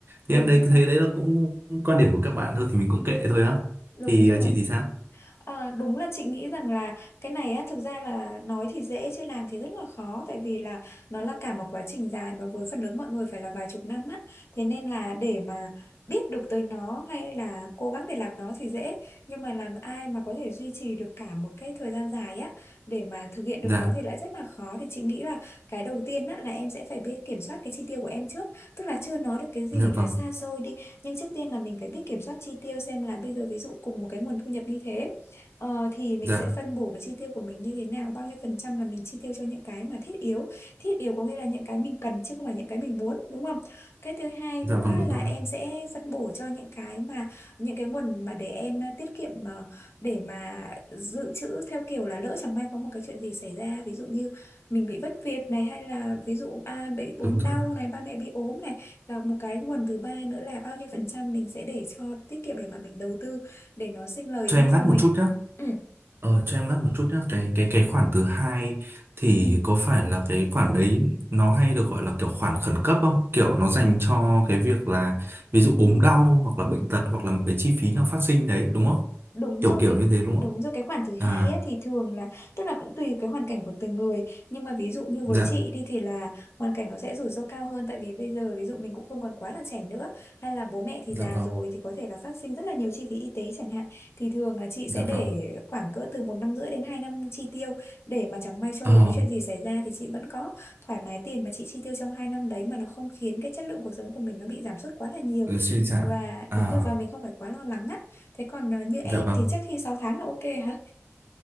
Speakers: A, on the left; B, on the right.
A: đúng
B: thì em đấy
A: rồi,
B: thấy đấy là cũng quan điểm của các bạn thôi thì mình cũng kệ thôi á
A: đúng
B: thì
A: rồi.
B: ờ, chị thì sao
A: Ờ, đúng là chị nghĩ rằng là cái này á, thực ra là nói thì dễ chứ làm thì rất là khó tại vì là nó là cả một quá trình dài mà với phần lớn mọi người phải là vài chục năm á thế nên là để mà biết được tới nó hay là cố gắng để làm nó thì dễ nhưng mà làm ai mà có thể duy trì được cả một cái thời gian dài á để mà thực hiện được
B: dạ
A: nó thì lại rất là khó thì chị nghĩ là cái đầu tiên á là em sẽ phải biết kiểm soát cái chi tiêu của em trước tức là chưa nói được cái gì
B: dạ vâng
A: là xa xôi đi nhưng trước tiên là mình phải biết kiểm soát chi tiêu xem là bây giờ ví dụ cùng một cái nguồn thu nhập như thế Ờ, thì mình
B: dạ
A: sẽ phân bổ cái chi tiêu của mình như thế nào bao nhiêu phần trăm là mình chi tiêu cho những cái mà thiết yếu thiết yếu có nghĩa là những cái mình cần chứ không phải những cái mình muốn đúng không cái thứ hai
B: dạ
A: nữa
B: vâng đúng
A: là
B: rồi
A: em sẽ phân bổ cho những cái mà những cái nguồn mà để em à, tiết kiệm à, để mà dự trữ theo kiểu là lỡ chẳng may có một cái chuyện gì xảy ra ví dụ như mình bị mất việc này hay là ví dụ à, bị ốm
B: đúng rồi
A: đau này ba mẹ bị ốm này và một cái nguồn thứ ba nữa là bao nhiêu phần trăm mình sẽ để cho tiết kiệm để mà mình đầu tư để nó sinh lời
B: cho
A: ra
B: em ngắt
A: cho
B: một
A: mình
B: chút nhé
A: Ừ,
B: Ờ, cho em ngắt một chút nhé cái cái cái khoản thứ hai thì
A: ừ.
B: có phải là cái khoản đấy nó hay được gọi là kiểu khoản khẩn cấp không kiểu nó dành cho cái việc là ví dụ ốm đau hoặc là bệnh tật hoặc là một cái chi phí nào phát sinh đấy đúng không
A: Đúng
B: kiểu
A: rồi
B: kiểu
A: cái
B: như thế đúng
A: đúng
B: không
A: rồi cái khoản thứ
B: à
A: hai ấy, thì thường là tức là cũng tùy cái hoàn cảnh của từng người nhưng mà ví dụ như
B: dạ
A: với chị đi thì là hoàn cảnh nó sẽ rủi ro cao hơn tại vì bây giờ ví dụ mình cũng không còn quá là trẻ nữa hay là bố mẹ thì
B: dạ
A: già
B: vâng
A: rồi thì có thể là phát sinh rất là nhiều chi phí y tế chẳng hạn thì thường là chị
B: dạ
A: sẽ để
B: vâng
A: khoảng cỡ từ một năm rưỡi đến hai năm chi tiêu để mà chẳng may sau
B: ờ
A: rồi có chuyện gì xảy ra thì chị vẫn có thoải mái tiền mà chị chi tiêu trong hai năm đấy mà nó không khiến cái chất lượng cuộc sống của mình nó bị giảm sút quá là nhiều
B: ừ, suy giảm
A: và
B: à
A: đúng rồi và mình không phải quá lo lắng á Thế còn à, như em
B: dạ vâng
A: thì chắc khi sáu tháng là ok hả?